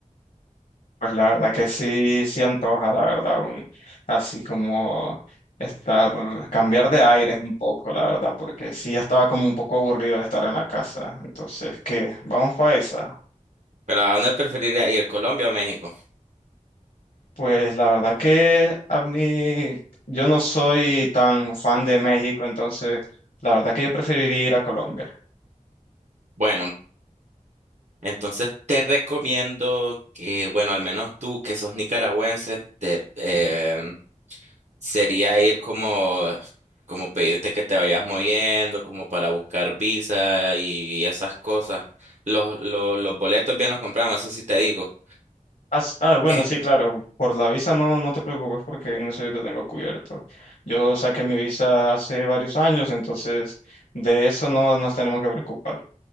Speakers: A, on the left; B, on the right.
A: Pues la verdad que sí, sí antoja, la verdad, un- así como estar, cambiar de aires un poco, la verdad, porque sí ya estaba como un poco aburrido de estar en la casa. Entonces, ¿qué? ¿Vamos para esa?
B: Pero ¿a dónde preferirías ir, Colombia o México?
A: Pues la verdad que a mí, yo no soy tan fan de México, entonces la verdad que yo preferiría ir a Colombia.
B: Bueno, entonces te recomiendo que, bueno, al menos tú que sos nicaragüense, te, eh, Sería ir como, como pedirte que te vayas moviendo, como para buscar visa y esas cosas. Los, los, los boletos bien los compramos, eso sí te digo.
A: As- Ah, bueno,
B: Eh,
A: sí, claro. Por la visa no, no te preocupes porque en eso yo te tengo cubierto. Yo saqué mi visa hace varios años, entonces de eso no nos tenemos que preocupar.